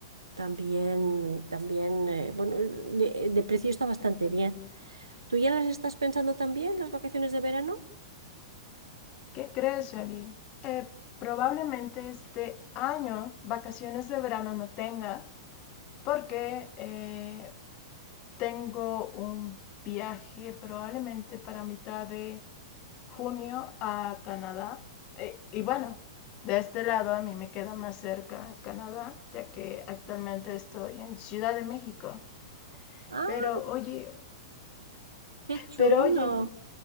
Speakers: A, on the right (about 75°); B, on the left (about 35°).
A: También, también, eh, bueno, de, de precio está bastante bien. ¿Tú ya las estás pensando también, las vacaciones de verano?
B: ¿Qué crees, Jolie? Eh, probablemente este año vacaciones de verano no tenga porque eh, tengo un viaje probablemente para mitad de junio a Canadá. Eh, y bueno, de este lado a mí me queda más cerca Canadá, ya que actualmente estoy en Ciudad de México.
A: Ah,
B: Pero oye,
A: qué chulo.
B: pero oye,